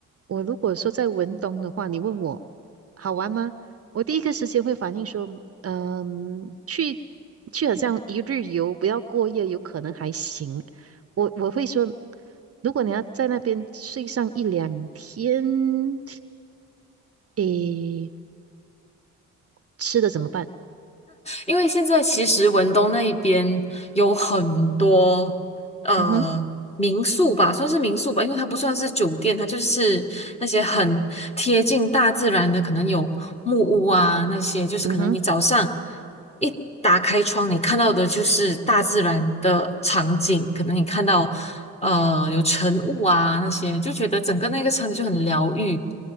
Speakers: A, on the right; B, on the left.
A: 我如果说在文东的话，你问我好玩吗？我第一个时间会反应说，嗯，去去好像一日游，不要过夜，有可能还行。我我会说，如果你要在那边睡上一两天，诶，吃的怎么办？
B: 因为现在其实文东那一边有很多呃民宿吧，
A: 嗯哼，
B: 算是民宿吧，因为它不算是酒店，它就是那些很贴近大自然的，可能有木屋啊那些，就是可能你早上
A: 嗯哼。
B: 一打开窗，你看到的就是大自然的场景，可能你看到呃有晨雾啊那些，就觉得整个那个场景就很疗愈。